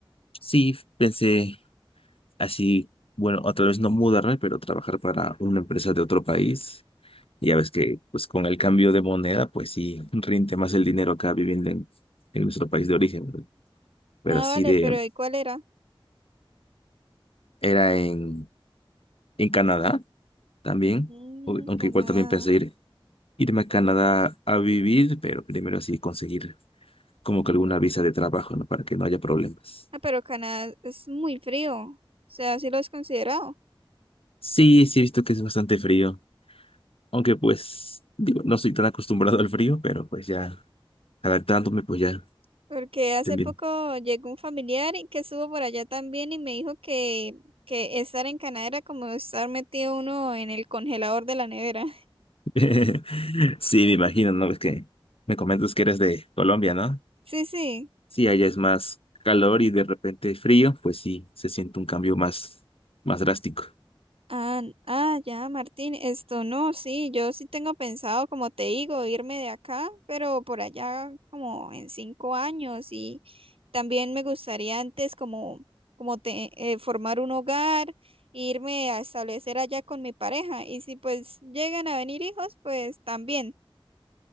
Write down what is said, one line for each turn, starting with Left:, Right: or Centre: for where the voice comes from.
Left: sí pensé así, bueno, a través no mudarme, pero trabajar para una empresa de otro país Y ya ves que pues con el cambio de moneda, pues sí, rinde más el dinero acá viviendo en, en nuestro país de origen. ¿no? Pero
Right: Nada,
Left: así
Right: vale,
Left: de,
Right: pero ¿y cuál era?
Left: era en, en Canadá también,
Right: Mm,
Left: o- aunque
Right: Canadá.
Left: igual también pensé ir, irme a Canadá a vivir, pero primero así conseguir como que alguna visa de trabajo, ¿no? Para que no haya problemas.
Right: Ah, pero Canadá es muy frío. O sea, sí lo has considerado.
Left: Sí, sí he visto que es bastante frío, aunque pues, digo, no soy tan acostumbrado al frío, pero pues ya, adaptándome, pues ya,
Right: Porque hace
Left: también.
Right: poco llegó un familiar y que estuvo por allá también y me dijo que, que estar en Canadá era como estar metido uno en el congelador de la nevera.
Left: <laughs> Sí, me imagino, ¿no? Es que me comentas que eres de Colombia, ¿no?
Right: Sí, sí.
Left: Sí, allá es más calor y de repente frío, pues sí, se siente un cambio más, más drástico.
Right: Ah, ah, ya, Martín, esto no, sí, yo sí tengo pensado, como te digo, irme de acá, pero por allá como en cinco años y también me gustaría antes como, como te, eh, formar un hogar, irme a establecer allá con mi pareja y si pues llegan a venir hijos, pues también.